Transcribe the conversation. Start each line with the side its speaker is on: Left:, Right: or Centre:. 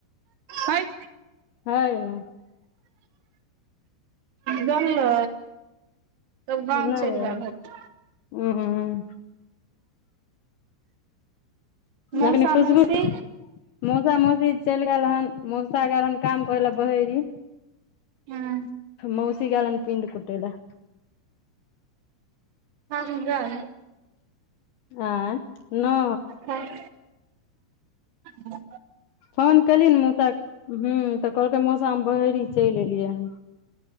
Right: हय।
Left: हय नै।
Right: गेलै। तब गाँव
Left: नै
Right: चलि
Left: ऐल,
Right: गेल हेतै
Left: उम्म
Right: मौसा
Left: अखनि खुशबू,
Right: मौसी
Left: मौसा-मौसी चैल गेल हन। मौसा गेल हन काम करैला बहेरी।
Right: हँ
Left: मौसी गेल हन‌ पिंड कुटै लै।
Right: साथ में जाए हय।
Left: आंय नै।
Right: तब <unintelligible>
Left: फोन कलियै न मौसा के हूं तऽ कहलकै मौसा हम बहेरी चैल एलियै हन।